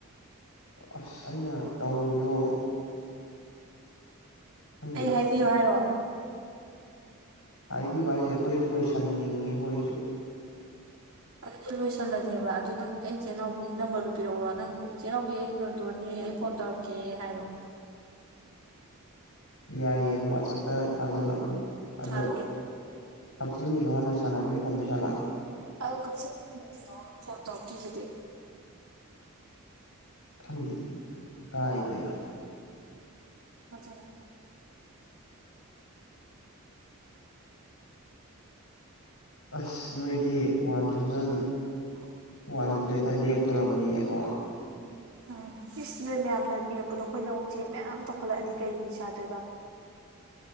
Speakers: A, on the left; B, on the right.
A: ꯑꯁ ꯑꯩꯅ ꯇꯧꯕꯗꯣ ꯈꯪꯗꯦꯗ
B: ꯑꯩ ꯍꯥꯏꯕꯤꯌꯨ ꯍꯥꯏꯔꯣ
A: ꯍꯥꯏꯕꯤꯕ ꯍꯥꯏꯁꯦ ꯑꯩꯈꯣꯏꯁꯨ ꯂꯣꯏꯁꯟꯅꯤꯡꯉꯦꯕ ꯑꯩꯁꯨ
B: ꯑꯗꯨꯗꯤ ꯂꯣꯏꯁꯜꯂꯁꯦꯕ ꯑꯗꯨ ꯅꯪ ꯑꯩ ꯆꯆꯤꯜꯅꯥꯎꯒꯤ ꯅꯝꯕꯔꯗꯨꯣ ꯄꯤꯔꯛꯎꯔꯣ ꯅꯪ ꯆꯦꯅꯥꯎꯕꯤ ꯑꯩ ꯗꯦꯟꯗꯣꯟꯅꯦ ꯑꯩ ꯐꯣꯟ ꯇꯧꯔꯛ ꯀꯦ ꯍꯥꯏꯌꯣ
A: ꯌꯥꯏꯑꯦ ꯋꯥꯆꯞꯇ ꯊꯥꯖꯤꯜꯂꯛꯑꯝꯃꯣ ꯑꯗꯣ
B: ꯊꯥꯔꯛꯀꯦ ꯊꯥꯔꯛꯀꯦ
A: ꯀꯛꯆꯤꯡꯒꯤꯗꯣ ꯍꯥꯟꯅ ꯁꯥꯟꯅꯕꯤ ꯐꯗꯣꯏ ꯖꯥꯠꯂ
B: ꯑꯗ ꯀꯛꯆꯤꯡ ꯀꯩꯅ ꯐꯣꯟ ꯇꯧꯔꯛꯇ꯭ꯔꯤꯗꯨꯗꯤ
A: ꯈꯪꯗꯦꯑ ꯏꯀꯥꯏꯗꯩꯔ
B: ꯃꯖꯅ
A: ꯑꯁ ꯅꯣꯏꯗꯤ ꯋꯥꯟ ꯊꯥꯎꯖꯟ
B: <inaudible>
A: ꯋꯥꯟ ꯍꯟꯗ꯭ꯔꯦꯗꯠꯇ ꯂꯦꯞꯇꯣꯔꯔꯕꯅꯤꯅꯦ ꯀꯣ
B: ꯎꯝ ꯁꯤꯁꯤꯅꯦ ꯃꯌꯥꯝꯅ ꯏꯔꯛꯄꯗꯣ ꯑꯩꯈꯣꯏꯅ ꯎꯆꯛ ꯎꯆꯦꯛ ꯃꯌꯥꯝ ꯇꯧꯈꯠꯂꯛꯑꯗꯤ ꯀꯩ ꯁꯥꯗꯣꯏꯕ